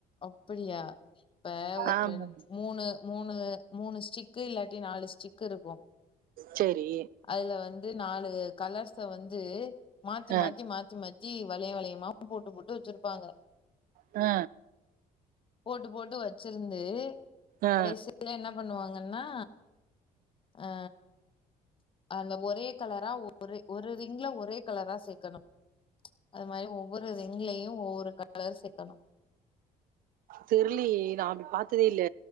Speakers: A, on the left; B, on the right.
A: அப்படியா இப்ப ஒரு
B: ஆமா
A: மூணு மூணு மூணு ஸ்டிக்கு இல்லாட்டி நாலு ஸ்டிக்கிருக்கு
B: செரி
A: அதுல வந்து நாலு கலர்ஸ வந்து மாத்தி
B: ஆ
A: மாத்தி மாத்தி மாத் தி வளய வளயமா போட்டு போட்டு வெச்சிருப்பாங்க
B: ஆ
A: போட்டு போட்டு வச்சிருந்து
B: ஆ
A: கடைசியில என்ன பண்ணுவாங்கன்னா ஆ அந்த ஒரே கலரா ஒரு ஒரு ரிங்ல ஒரே கலரா சேக்கணு அது மாரி ஒவ்வொரு ரிங்லயு ஒவ்வொரு கலரா சேக்கணு
B: தெர்லியே நா அப்டி பாத்ததே இல்ல